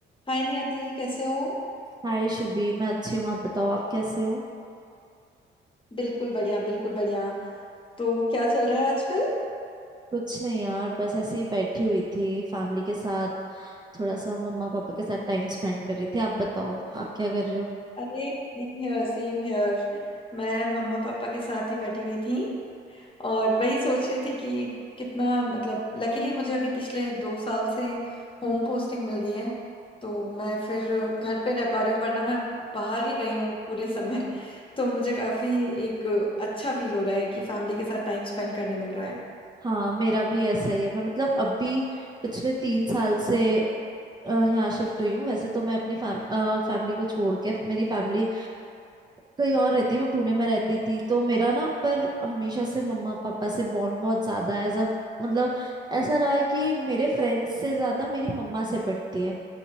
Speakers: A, on the left (about 25°); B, on the right (about 20°).
A: हाय नियति कैसे हो
B: हाय शुभी मैं अच्छी हूँ आप बताओ आप कैसे हो
A: बिल्कुल बढ़िया बिल्कुल बढ़िया तो क्या चल रहा है आजकल
B: कुछ नहीं यार बस ऐसे ही बैठी हुई थी फैमिली के साथ थोड़ा सा मम्मा पापा के साथ टाइम स्पेंड कर रही थी आप बताओ आप क्या कर रहे हो
A: अरे सेम हियर सेम हियर मैं मम्मा पापा के साथ ही बैठी हुई थी और वही सोच रही थी कि कितना मतलब लकीली मुझे अभी पिछले दो साल से होम
B: हम्म,
A: पोस्टिंग मिल गई है तो मैं फिर घर पे रह पा रही हूँ वरना मैं बाहर ही रही हूँ पूरे समय तो मुझे काफी एक अच्छा फील हो रहा है कि फैमिली के साथ टाइम स्पेंड करने मिल रहा है
B: हाँ मेरा भी ऐसा ही है मैं मतलब अभी पिछले तीन साल से अ, यहाँ शिफ्ट हुई हूँ वैसे तो मैं अपनी फैम, फैमिली को छोड़ के मेरी फैमिली कहीं और रहती है मैं पुणे में रहती थी तो मेरा ना पर हमेशा से मम्मा पापा से बॉन्ड बहुत ज्यादा है एज अ मतलब ऐसा रहा है कि मेरे फ्रेंड्स से ज्यादा मेरी मम्मा से पटती है